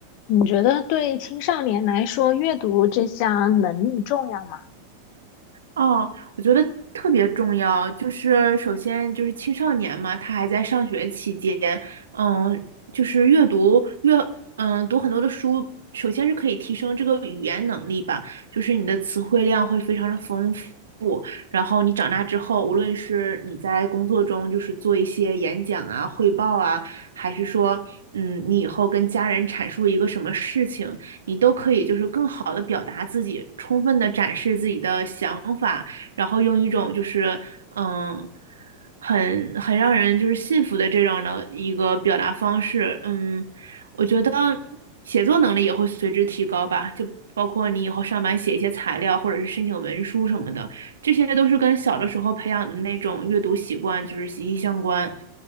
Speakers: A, on the left; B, on the right.
A: 你觉得对青少年来说，阅读这项能力重要吗？
B: 哦，我觉得特别重要，就是首先就是青少年嘛，他还在上学期间，嗯，就是阅读阅，嗯，读很多的书，首先是可以提升这个语言能力吧，就是你的词汇量会非常的丰富，然后你长大之后，无论是你在工作中就是做一些演讲啊、汇报啊，还是说，嗯，你以后跟家人阐述一个什么事情，你都可以就是更好的表达自己，充分的展示自己的想法，然后用一种就是嗯。很很让人就是信服的这种的一个表达方式，嗯，我觉得写作能力也会随之提高吧，就包括你以后上班写一些材料或者是申请文书什么的，这些都是跟小的时候培养的那种阅读习惯就是息息相关。